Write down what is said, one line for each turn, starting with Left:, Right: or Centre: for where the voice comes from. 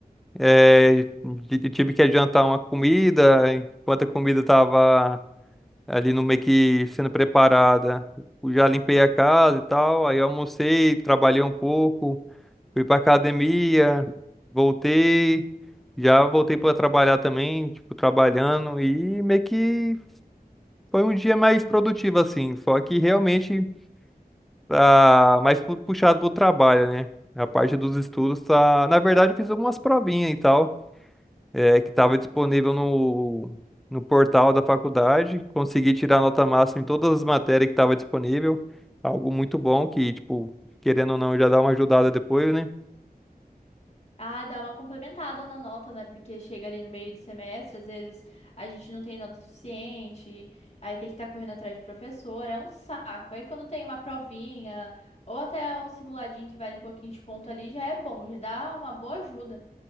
Centre: É, t- tive que adiantar uma comida, enquanto a comida estava ali no meio que sendo preparada. eu Já limpei a casa e tal, aí eu almocei, trabalhei um pouco, fui pra academia, voltei, já voltei para trabalhar também, tipo, trabalhando, e meio que foi um dia mais produtivo, assim. Só que realmente tá mais pu- puxado pro trabalho, né? A parte dos estudos tá. Na verdade, eu fiz algumas provinhas e tal, é, que tava disponível no, no portal da faculdade. Consegui tirar nota máxima em todas as matérias que tava disponível. Algo muito bom que, tipo, querendo ou não, já dá uma ajudada depois, né?
Left: Ah, dá uma complementada na nota, né? Porque chega ali no meio do semestre, às vezes a gente não tem nota suficiente, aí tem que estar correndo atrás de professor, é um saco. Aí quando tem uma provinha, ou até um simuladinho que vale um pouquinho de ponto ali, já é bom, já dá uma boa ajuda.